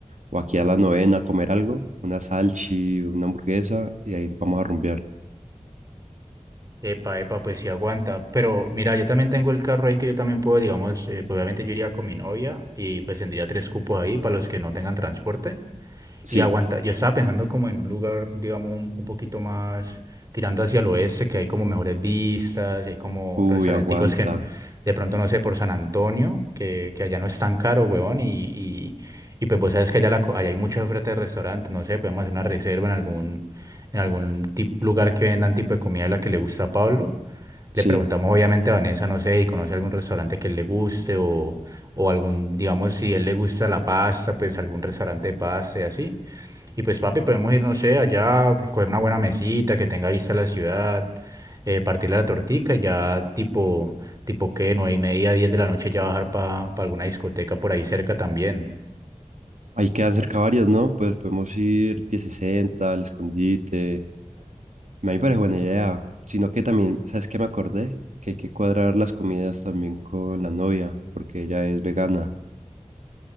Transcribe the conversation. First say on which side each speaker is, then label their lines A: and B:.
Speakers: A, on the right; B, on the right.
A: o aquí a la novena a comer algo? Una salchi, una hamburguesa y ahí vamos a rumbear.
B: Epa, epa, pues sí aguanta. Pero mira, yo también tengo el carro ahí que yo también puedo, digamos, eh, pues obviamente yo iría con mi novia y pues tendría tres cupos ahí para los que no tengan transporte.
A: Sí,
B: y aguanta. Yo estaba pensando como en un lugar, digamos, un, un poquito más tirando hacia el oeste, que hay como mejores vistas, y hay como
A: uy,
B: restauranticos
A: aguanta.
B: que no, de pronto no sé, por San Antonio, que, que allá no es tan caro, huevón, y, y, y pues vos sabes que allá, la, co- allá hay mucha oferta de restaurantes, no sé, podemos hacer una reserva en algún, en algún tip- lugar que vendan tipo de comida de la que le gusta a Pablo. Le
A: Sí,
B: preguntamos obviamente a Vanessa, no sé, si conoce algún restaurante que le guste o, o algún, digamos, si él le gusta la pasta, pues algún restaurante de pasta y así. Y pues, papi, podemos ir, no sé, allá, pues, coger una buena mesita que tenga vista a la ciudad, eh, partirle la tortica, y ya tipo, tipo qué, nueve y media, diez de la noche ya bajar para alguna discoteca por ahí cerca también.
A: ahí quedan cerca varias, ¿no? Pues podemos ir 1060, el escondite. A mí me parece buena idea. Sino que también, ¿sabes qué me acordé? Que hay que cuadrar las comidas también con la novia, porque ella es vegana.